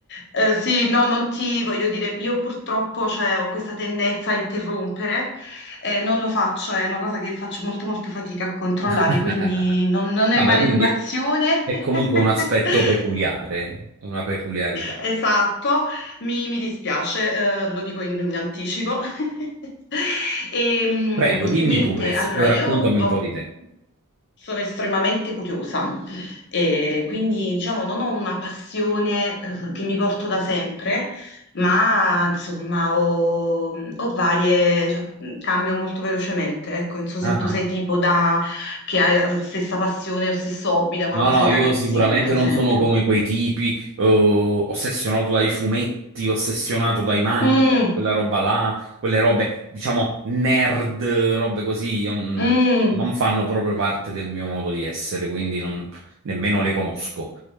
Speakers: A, on the left; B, on the right.
A: eh, sì, no, non ti voglio dire, io purtroppo cioè, ho questa tendenza a interrompere, eh, non lo faccio, è una cosa che faccio molto molta fatica a controllare,
B: <laughs>
A: quindi non, non
B: Vabbè,
A: è maleducazione,
B: quindi è
A: <laughs>
B: comunque un aspetto peculiare, una peculiarità.
A: Esatto, mi, mi dispiace, eh, lo dico in, in anticipo. <laughs> E, mm,
B: Prego, dimmi
A: niente,
B: pure, s-
A: allora
B: raccontami
A: io ho-
B: un po' di te.
A: sono estremamente curiosa e quindi diciamo non ho una passione, eh, che mi porto da sempre, ma insomma ho, ho varie, cioè, mm, cambio molto velocemente. Ecco, non so
B: Ah,
A: se tu
B: ah.
A: sei tipo da, che hai la stessa passione o stesso hobby da quando
B: No, no,
A: sei
B: io
A: ragazzino,
B: sicuramente
A: per
B: non
A: esempio.
B: sono come quei tipi, eh, ossessionato dai fumetti, ossessionato dai manga,
A: Mm.
B: quella roba là, quelle robe, diciamo, nerd, robe così, io non,
A: Mm.
B: non fanno proprio parte del mio modo di essere, quindi non- nemmeno le conosco.